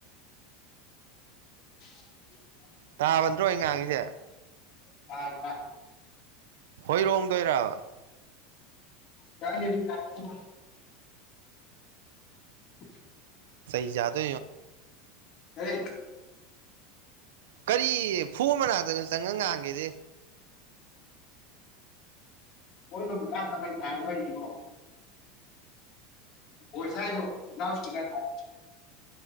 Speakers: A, on the left; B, on the right.
A: ꯎꯝ
B: ꯇꯥꯕꯟꯗ꯭ꯔꯣ ꯑꯩ ꯉꯥꯡꯉꯤꯁꯦ
A: ꯀꯥꯏ ꯀꯥꯏ
B: ꯍꯣꯏꯔꯣꯡꯗꯣꯏꯔꯕ
A: ꯀꯔꯤ <unintelligible> <unintelligible>
B: ꯁꯩ ꯌꯥꯥꯗꯣ
A: ꯑꯔ
B: ꯀꯔꯤ ꯐꯨ ꯃꯅꯥꯛꯇꯅꯣ ꯆꯪꯉ ꯉꯥꯡꯒꯦꯗꯤ
A: ꯍꯣꯏ ꯅ ꯔꯥ ꯊ ꯇꯥ ꯂꯣꯏꯅꯤꯕꯣ ꯣꯁꯥꯏꯗ ꯂꯒꯥꯏ ꯊ